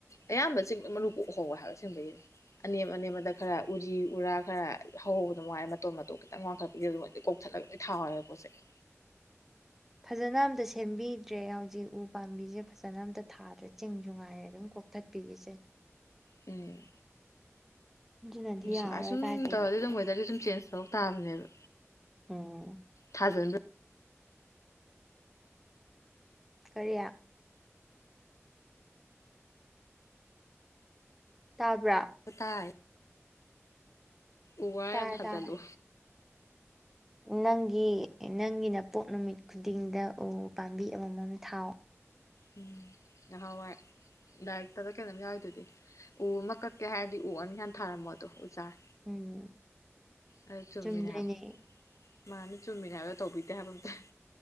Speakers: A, on the left (about 80°); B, in the centre.
A: ꯑꯌꯥꯝꯕꯁꯤꯡ ꯃꯔꯨ ꯀꯣꯛꯍꯧꯕ ꯍꯥꯏꯕ ꯑꯁꯦꯡꯕꯩꯅꯤ ꯑꯅꯦꯝ ꯑꯅꯦꯝꯕꯗ ꯈꯔ ꯎꯔꯤ ꯎꯔꯥ ꯈꯔ ꯍꯍꯧꯕꯗꯨ ꯉꯥꯏꯔꯦ ꯃꯇꯣꯠ ꯃꯇꯣꯠ ꯈꯤꯇꯪ ꯋꯥꯡꯈꯠꯄ ꯂꯣꯏꯒꯩ ꯀꯣꯛꯊꯠꯂꯒ ꯂꯣꯏ ꯊꯥꯎꯋꯕ ꯄꯣꯠ ꯆꯩꯩ
B: ꯐꯖꯅ ꯑꯝꯇ ꯁꯦꯝꯕꯤꯗ꯭ꯔꯦ ꯍꯧꯖꯤꯛ ꯎ ꯄꯥꯝꯕꯤꯁꯦ ꯐꯖꯅ ꯑꯝꯇ ꯊꯥꯗ꯭ꯔꯦ ꯆꯤꯡꯁꯨ ꯉꯥꯏꯔꯦ ꯑꯗꯨꯝ ꯀꯣꯛ ꯊꯠꯄꯤꯒꯦ
A: ꯎꯝ
B: ꯑꯗꯨꯅꯗꯤ ꯌꯥꯔꯔꯣꯏ
A: ꯁꯨꯝ ꯑꯁꯨꯝ
B: ꯀꯥꯏꯗꯒꯤ
A: ꯇꯧꯔꯗꯤ ꯑꯗꯨꯝ ꯋꯦꯗꯔꯗꯤ ꯁꯨꯝ ꯆꯦꯟꯖ ꯊꯧꯔꯛ ꯇꯥꯕꯅꯦꯕ
B: ꯎꯝ
A: ꯊꯥꯖꯟꯕ
B: ꯀꯔꯤꯌꯥ ꯇꯥꯕ꯭ꯔꯥ
A: ꯇꯥꯏ ꯎꯋꯥꯥ
B: ꯇꯥꯔꯦ
A: ꯌꯥꯝ ꯊꯥꯖꯜꯂꯨ
B: ꯇꯥꯔꯦ ꯅꯪꯒꯤ ꯅꯪꯒꯤ ꯅꯄꯣꯛ ꯅꯨꯃꯤꯠ ꯈꯨꯗꯤꯡꯗ ꯎ ꯄꯥꯝꯕꯤ ꯑꯃꯃꯝ ꯊꯥꯎ
A: ꯎꯝ ꯅꯍꯥꯟꯋꯥꯏ ꯂꯥꯏꯔꯛꯇꯕ ꯀꯩꯅꯣꯝ ꯌꯥꯎꯔꯤ ꯑꯗꯨꯗꯤ ꯎ ꯑꯃ ꯀꯛꯀꯦ ꯍꯥꯏꯔꯗꯤ ꯎ ꯑꯅꯤ ꯍꯥꯟꯅ ꯊꯥꯔꯝꯃꯣꯗꯣ ꯎ ꯆꯥꯔ
B: ꯎꯝ
A: ꯑ ꯆꯨꯝꯃꯤꯅꯦ
B: ꯆꯨꯝꯗꯣꯏꯅꯦ
A: ꯍꯥꯏꯕ ꯃꯥꯅꯤ ꯆꯨꯝꯃꯤꯅꯦ ꯍꯥꯏꯕ ꯇꯧꯕꯤꯗꯦ ꯍꯥꯏꯕ ꯑꯝꯇ